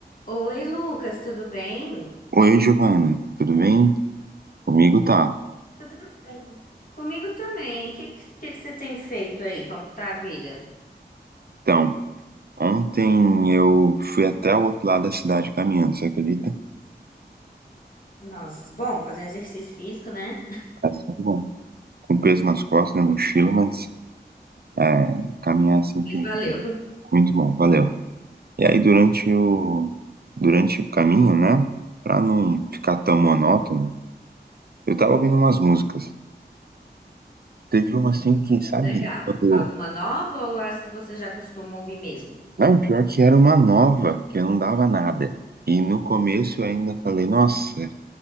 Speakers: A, on the left; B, on the right.
A: Oi, Lucas, tudo bem?
B: Oi, Giovana, tudo bem? Comigo tá.
A: Tudo bem. Comigo também. O que, que, que que você tem feito aí? Como que tá a vida?
B: Então, ontem eu fui até o outro lado da cidade caminhando, você acredita?
A: Nossa, bom, fazendo exercício físico, né?
B: Assim, bom, com peso nas costas, na mochila, mas é, caminhar é sempre
A: Mas valeu.
B: muito bom, valeu. E aí, durante o, durante o caminho, né, pra não ficar tão monótono, eu tava ouvindo umas músicas. Teve uma assim
A: Hum,
B: que,
A: <laughs>
B: sabe,
A: Legal.
B: eu,
A: Alguma nova ou as que você já costuma ouvir mesmo?
B: não, pior que era uma nova, que eu não dava nada. E no começo eu ainda falei, nossa,